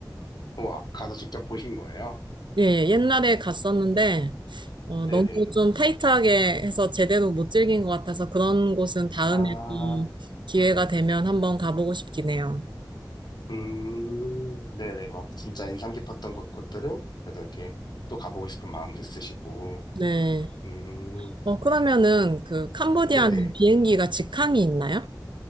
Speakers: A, on the left; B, on the right.
A: 우와, 가서 직접 보신 거예요?
B: 예, 옛날에 갔었는데, 어, 네.
A: 네네.
B: 너무 좀 타이트하게 해서 제대로 못 즐긴 것 같아서 그런 곳은 다음에
A: 아,
B: 또 기회가 되면 한번 가보고 싶긴 해요.
A: 음, 네네. 막 진짜 인상 깊었던 곳, 곳들은 그래도 이렇게 또 가보고 싶은 마음도 있으시고,
B: 네.
A: 음,
B: 어, 그러면은 그 캄보디아는
A: 네네.
B: 비행기가 직항이 있나요?